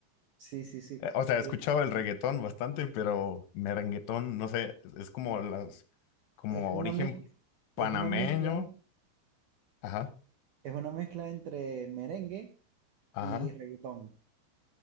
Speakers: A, on the right; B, on the left.
A: Sí, sí, sí.
B: Eh, o sea, he escuchado
A: Eh,
B: el reggaetón bastante, pero merenguetón, no sé, es es como las, como
A: es una
B: origen
A: Ah, bueno. mezcla,
B: panameño.
A: es una mezcla,
B: Ajá,
A: es una mezcla entre merengue
B: ajá.
A: y reggaetón.